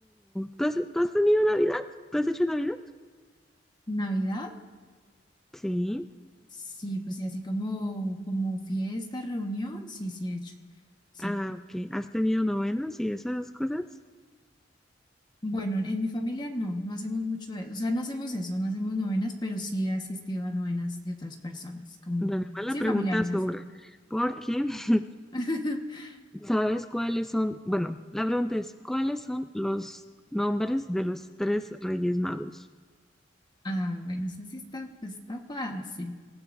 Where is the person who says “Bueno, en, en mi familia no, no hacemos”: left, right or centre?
Left